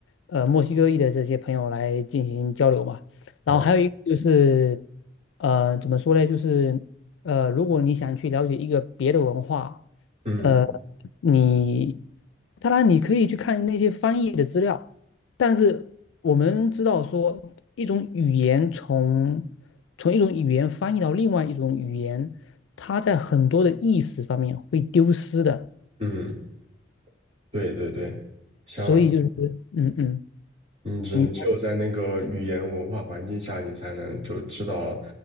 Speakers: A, on the left; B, on the right.
A: 呃，墨西哥裔的这些朋友来进行交流嘛。
B: 哦，
A: 然后还有一个就是，呃，怎么说呢？就是，呃，如果你想去了解一个别的文化，
B: 嗯
A: 呃，你当然你可以去看那些翻译的资料，但是我们知道说一种语言从从一种语言翻译到另外一种语言，它在很多的意思方面会丢失的，
B: 嗯，对对对，像
A: 所以就是嗯嗯，
B: 你只只有在那个语言文化环境下，
A: 你
B: 你才能就知道，